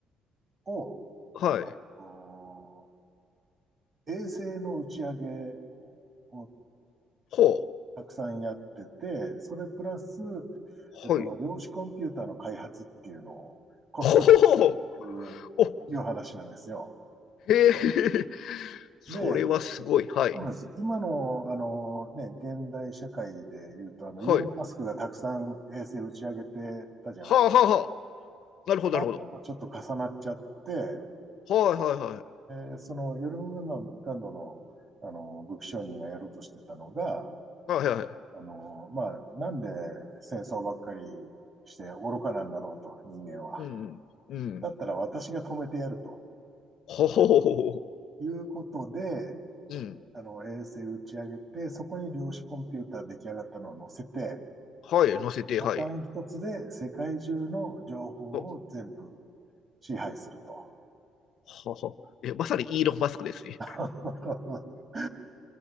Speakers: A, on the right; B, on the left.
A: を、
B: はい。
A: お衛星の打ち上げを
B: ほう。
A: たくさんやってて、それプラス、
B: はい。
A: えっと、量子コンピューターの開発っていうのをこっそり続けてるいう話なんですよ。
B: ほう。お、へえ。それはすごい。
A: で、
B: はい。
A: そうなんです今の、あのね、現代社会で言うと、あの、
B: はい。
A: イーロン・マスクがたくさん衛星打ち上げてたじゃないですか。
B: はあはあはあ。なるほど、
A: ああいうのとちょっと重なっちゃって、
B: なるほど。はいはいはい。
A: えーそのヨルムガンランドの、あの武器商人がやろうとしてたのが、
B: はいはいはい。
A: あのまあ、なんで戦争ばっかりして愚かなんだろうと、人間は。
B: うんうん。うん。
A: だったら私が止めてやると
B: ほほほほほ
A: いうことで、
B: うん。
A: あの衛星打ち上げて、そこに量子コンピューター出来上がったのを載せて、
B: はい。乗せて、
A: ボタン一つで世界中の情報を全部
B: はい。お、
A: 支配すると。
B: はは。え、まさにイーロン・マスクですね。
A: <laughs>